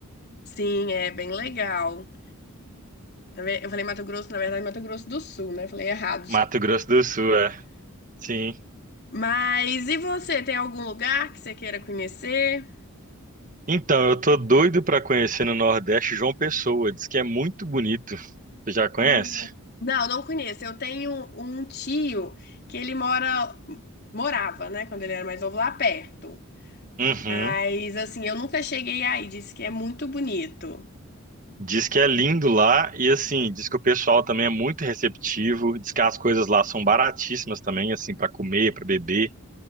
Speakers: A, on the left; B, on the right.
A: Sim, é bem legal. Na ve- Eu falei Mato Grosso, na verdade, Mato Grosso do Sul, né? Falei errado,
B: Mato Grosso do Sul, é. Sim.
A: Mas e você, tem algum lugar que você queira conhecer?
B: Então, eu tô doido pra conhecer no Nordeste João Pessoa, diz que é muito bonito. Você já conhece?
A: Ah, Não, não conheço. Eu tenho um tio que ele mora, morava, né, quando ele era mais novo, lá perto.
B: Uhum.
A: Mas assim, eu nunca cheguei aí, disse que é muito bonito.
B: Diz que é lindo lá e assim, diz que o pessoal também é muito receptivo, diz que as coisas lá são baratíssimas também, assim, para comer, para beber,